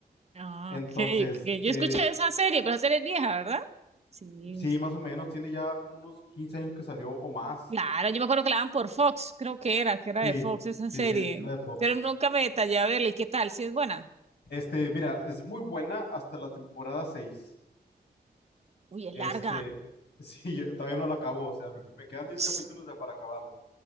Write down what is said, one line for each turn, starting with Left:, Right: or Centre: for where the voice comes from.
Right: Ah,
Left: Entonces,
Right: ok, ok, yo
Left: eh,
Right: escuché esa serie, pero esa serie es vieja, ¿verdad? Sí.
Left: sí, más o menos, tiene ya como unos 15 años que salió o más.
Right: Claro, yo me acuerdo que la daban por Fox, creo que era, que era
Left: Sí,
Right: de Fox esa
Left: sí,
Right: serie.
Left: sí, era de Fox.
Right: Pero nunca me detallé a verla. ¿Y qué tal? ¿Si es buena?
Left: Este, mira, es muy buena hasta la temporada 6.
Right: Uy, es
Left: Este,
Right: larga.
Left: <laughs> sí, yo todavía no la acabo, o sea, me, me quedan 10
Right: <sniffs>
Left: capítulos de- para acabarla.